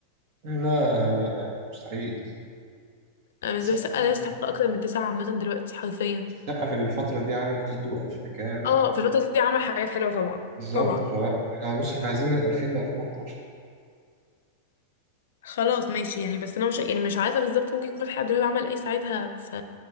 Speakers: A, on the right; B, on the left.
A: لا لا لا لا, لا مستحيل
B: أنا بالنسبه
A: السقا
B: لي سقا لا يستحق اكتر من تسعة عامه دلوقتي حرفيا
A: السقا في الفترة دي عامل تيتو أفريكانو
B: اه في الفتره دي عمل حاجات حلوه طبعا
A: بالظبط
B: طبعا
A: فلا احنا بص احنا عايزين من 2000 ل 2011
B: خلاص ماشي يعني بس انا مش يعني مش عارفه بالظبط ممكن يكون فتحي عبد الوهاب عمل ايه ساعتها ف